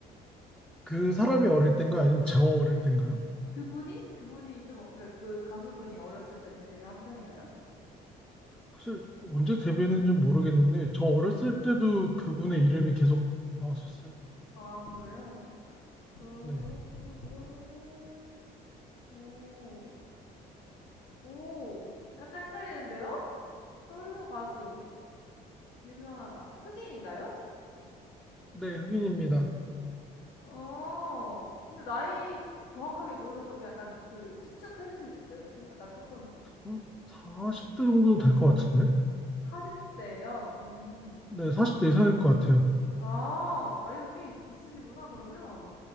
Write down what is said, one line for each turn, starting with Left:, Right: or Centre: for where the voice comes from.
Centre: 그 사람이 어릴 땐가요? 아니면 저 어릴 땐가요?
Left: 그분이? 그분이 좀, 어- 그, 그 가수분이 어렸을 때 데뷔를 한 편인가요?
Centre: 사실 언제 데뷔했는지 모르겠는데 저 어렸을 때도 그분의 이름이 계속 나왔었어요.
Left: 아, 그래요? 그렇구나.
Centre: 네,
Left: 그러면은, 오, 오, 약간 헷갈리는데요? 솔로 가수, 유명하다. 흑인인가요?
Centre: 네, 흑인입니다.
Left: 어, 근데 나이 정확하게 모르셔도 그 약간 그 추측해 주실 수 있어요, 혹시? 약간 조금
Centre: 어, 40대 정도 될 것 같은데?
Left: 40대예요. 음,
Centre: 네, 40대 이상일 것 같아요.
Left: 아, 나이가 꽤 있, 있으시구나. 그러면